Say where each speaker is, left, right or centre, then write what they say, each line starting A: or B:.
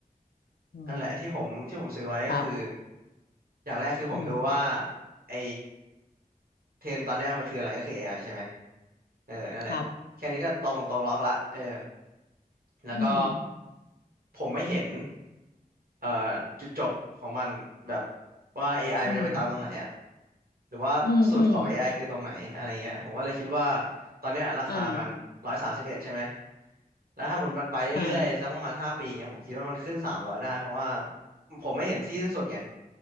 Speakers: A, on the left; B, on the right.
A: อืม
B: นั่นแหละที่ผมที่ผมซื้อไว้ก็คือ
A: ครับ
B: อย่างแรกคือผมดูว่า
A: อืม
B: ไอเทรนด์ตอนเนี้ยมันคืออะไรก็คือ AI ใช่ไหมเออนั่นแหละแค่นี้ก็ตรงตรงล็อกละเออ
A: ครับ
B: แล้วก็
A: อืม
B: ผมไม่เห็นเอ่อจุดจบของมันแบบว่า AI
A: อืม
B: มันจะไปตามตรงไหนอะหรือว่าสุดของ
A: อืมอืม
B: AI คือตรงไหนอะไรเงี้ยผมก็เลยคิดว่าตอนเนี้ยราคามันร้อยสามสิบเอ็ดใช่ไหม
A: อ่า
B: แล้วถ้าหมุนมันไปเรื่อยๆสักประมาณห้าปีเงี้ยผมคิดว่ามันขึ้นสามร้อยได้เพราะว่า
A: อ่า
B: ผมไม่เห็นที่สิ้นสุดไง